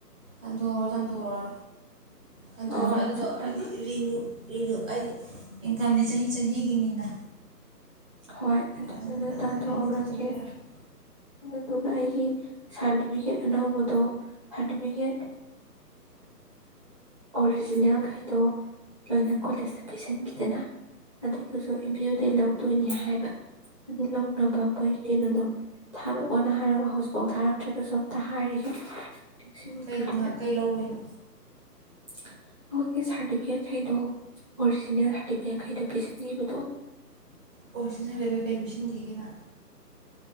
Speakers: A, on the right; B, on the right.
A: ꯇꯥꯟꯊꯣꯛꯎꯔꯣ ꯇꯥꯟꯊꯣꯛꯎꯔꯣ ꯇꯥꯟꯊꯣꯛꯎꯔꯣ
B: ꯑꯥ
A: ꯑꯗꯨꯗꯣ
B: ꯆꯞꯇꯒ
A: ꯍꯥꯏꯗꯤ ꯔꯤꯅ꯭ꯌꯨ ꯑꯩꯗꯤ ꯏꯟꯀꯝꯗꯤ ꯆꯍꯤ ꯆꯍꯤꯒꯤꯅꯤꯅ
B: ꯍꯣꯏ ꯑꯗꯨꯗꯨꯗ
A: ꯑꯗꯨ ꯑꯗꯨꯅ
B: ꯇꯥꯟꯊꯣꯛꯍꯧꯔꯒꯦ
A: ꯔꯤꯅ꯭ꯌꯨ ꯇꯧꯗꯕ ꯌꯥꯔꯣꯏ
B: ꯑꯗꯨꯗꯨꯒ ꯑꯩꯒꯤ ꯁꯥꯔꯇꯤꯐꯤꯀꯦꯠ ꯑꯅꯧꯕꯗꯣ ꯁꯥꯔꯇꯤꯐꯤꯀꯦꯠ ꯑꯣꯔꯤꯖꯤꯅꯦꯜꯈꯩꯗꯣ ꯂꯣꯏꯅ ꯀꯣꯂꯦꯖꯇ ꯄꯤꯁꯤꯟꯈꯤꯗꯅ ꯑꯗꯨꯏꯗꯨꯁꯨ ꯑꯦꯝ ꯌꯨꯗꯩ ꯂꯧ ꯇꯣꯏꯅꯤ ꯍꯥꯏꯕ ꯑꯗꯨ ꯂꯧꯅꯕ ꯑꯩꯈꯣꯏꯒꯤ ꯀꯩꯅꯣꯗꯣ ꯊꯥꯔꯛꯑꯣꯅ ꯍꯥꯏꯔꯒ ꯍꯧꯖꯤꯛꯐꯥꯎ ꯊꯥꯔꯛꯇ꯭ꯔꯦ ꯑꯗꯨꯗꯁꯨ ꯑꯝꯇ ꯍꯥꯏꯔꯤꯒꯦ ꯅꯤꯡꯁꯤꯡꯉꯤꯀꯥꯟꯗ
A: ꯀꯩ ꯅꯣꯍꯥꯛ ꯀꯩ ꯂꯧꯧꯕꯅꯣ
B: ꯑꯩꯈꯣꯏꯒꯤ ꯁꯥꯔꯇꯤꯐꯤꯀꯦꯠ ꯈꯩꯗꯣ ꯑꯣꯔꯤꯖꯤꯅꯦꯜ ꯁꯥꯔꯇꯤꯐꯤꯀꯦꯠ ꯈꯩꯗꯣ ꯄꯤꯁꯤꯟꯈꯤꯕꯗꯣ
A: ꯑꯣ ꯁꯤꯟꯟꯅꯔꯒ ꯀꯩ ꯄꯤꯁꯤꯟꯈꯤꯒꯦꯅ